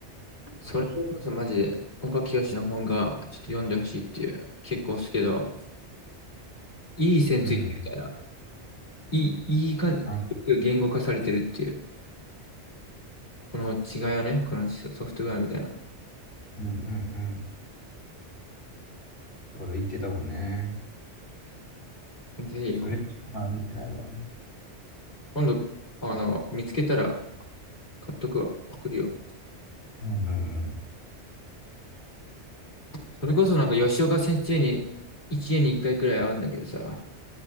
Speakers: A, on the left; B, on the left.
A: それこそマジで、
B: そうそ
A: 岡清の本がちょっと読んでほしいっていう、結構好きけど、いい線ついてるみたいな、
B: う。うん。
A: いい、いい感じ、
B: あ、
A: 言語化されてるっていう、この違いをね、このソソフトウェアみたいな。
B: うんうんうん。そうだ、言ってたもんね。
A: ぜひ、
B: それしか見てないわ。
A: こ今度、あの、見つけたら買っとくわ、送るよ。
B: うんうん
A: それこそなんか吉岡先生に、一年に一回くらい会うんだけどさ、